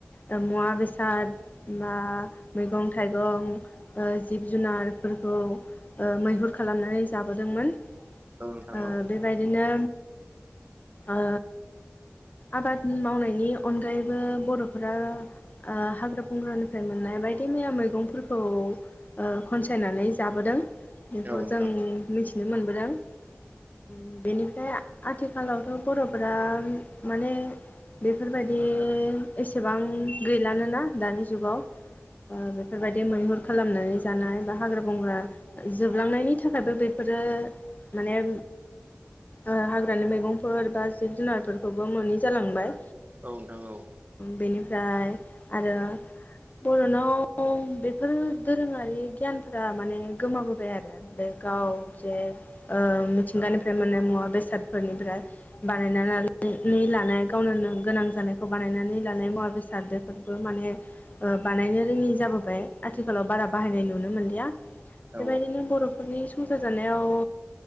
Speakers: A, on the left; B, on the right.
A: ओ मुवा बेसाद बा मैगं थाइगं ओ जिब जुनारफोरखौ ओ मैहुर खालामनानै जाबोदोंमोन।
B: औ नोंथां
A: ओ
B: औ
A: बेबायदिनो ओ आबाद मावनायनि अनगायैबो बर'फोरा आ हाग्रा बंग्रानिफ्राय मोननाय बायदि मैया मैगंफोरखौ ओ खनसायनानै जाबोदों बेखौ
B: औ नोंथां
A: जों मिथिनो मोनबोदों। ओम बेनिफ्राय आथिखालावथ' बर'फोरा माने बेफोरबादि एसेबां गैलानोना दानि जुगाव ओ बेफोरबायदि मैहुर खालामनानै जानाय बा हाग्रा बंग्रा। जोबलांनायनि थाखायबो बेफोरो माने ओ हाग्रानि मैगंफोर बा जिब जुनारफोरखौबो मोनि जालांबाय
B: औ नोंथां औ।
A: बेनिफ्राय आरो बर'नाव बेफोर दोरोङारि गियानफोरा माने गोमाबोबाय आरो बे गाव जे ओ मिथिंगानिफ्राय मोन्नाय मुवा बेसादफोरनिफ्राय बानायनानै लानाय गावनो नो गोनां जानायखौ बानायनानै लानाय मुवा बेसादफोरबो माने ओ बानायनो रोङि जाबोबाय आथिखालाव बारा बाहायनाय नुनो मोनलिया
B: औ
A: बेबायदिनो बर'‌ फोरनि संसार जानायाव